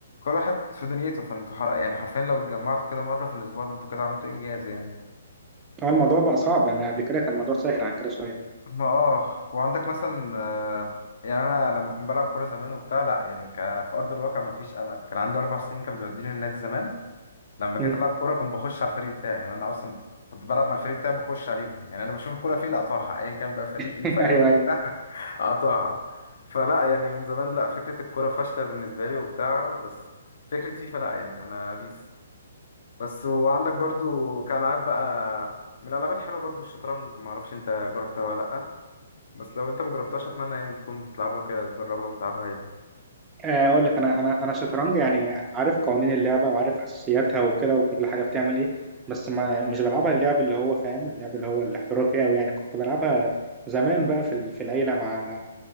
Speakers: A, on the left (about 65°); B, on the right (about 15°).
A: واحد في دنيته فانتوا حر... يعني حرفيا لو اتجمعتوا كده مره في الاسبوع ده انتوا كده عملتوا انجاز يعني
B: طبعا الموضوع بقى صعب انا قبل كده كان الموضوع سهل عن كده شوية
A: ما اه وعندك مثلا آه، يعني انا لما كنت بلعب كوره زمان وبتاع لا يعني ك... في ارض الواقع ما فيش امل كان عندي اربع سنين كان بيوديني النادي زمان لما جيت
B: مم.
A: العب كوره كنت بخش على الفريق بتاعي يعني انا اصلا كنت بلعب مع الفريق بتاعي بخش عليهم يعني انا بشوف الكوره فين اقطعها ايا كان بقى فريقي
B: <laughs>
A: فريقهم
B: ايوه
A: وبتاع
B: ايوه
A: <laughs> اقطعها فلا يعني من زمان لا فكره الكوره فاشله بالنسبه لي وبتاع بس فكره فيفا لا يعني انا بيس بس وعندك برضو كالعاب بقى من الالعاب الحلوه برضو الشطرنج ما اعرفش انت جربتها ولا لا بس لو انت مجربتهاش اتمنى يعني تكون بتلعبها كده تجربها وتلعبها يعني
B: آه، اقول لك انا انا انا شطرنج يعني عارف قوانين اللعبه وعارف اساسياتها وكده وكل حاجه بتعمل ايه بس ما مش بلعبها اللعب اللي هو فاهم اللعب اللي هو الاحترافي قوي يعني كنت بلعبها زمان بقى في ال- في العيله مع